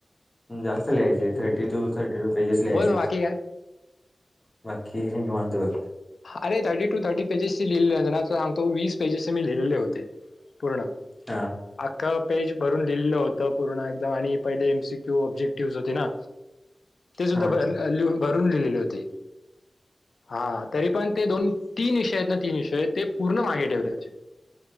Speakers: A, on the left (about 20°); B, on the left (about 80°).
A: जास्त लिहायचे
B: हम्म.
A: Thirty two thirty two pages लिहायचे
B: बोल मग बाकी काय
A: बाकी नी निवांत बग
B: अरे थर्टी टू थर्टी पेजेसचे लिहिले ना सांगतो वीस पेजेसचे मी लिहिलेले होते पूर्ण अ
A: हा
B: एक पेज भरून लिहिलं होतं पूर्ण एकदम आणि पहिले एमसीक्यू ऑब्जेक्टिव्ह होते ना. ते सुद्धा
A: हा
B: भर लिह भरून लिहिलेले होते, हा. तरी पण ते दोन तीन विषय आहेत ना तीन विषय आहेत ते पूर्ण मागे ठेवलेचे